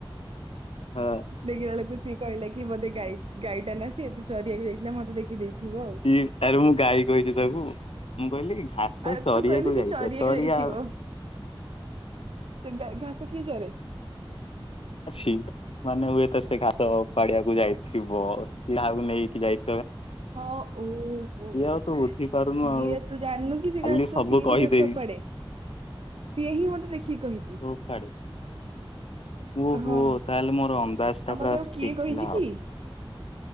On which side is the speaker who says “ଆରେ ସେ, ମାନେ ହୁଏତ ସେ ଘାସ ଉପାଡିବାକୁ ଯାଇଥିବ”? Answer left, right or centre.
Left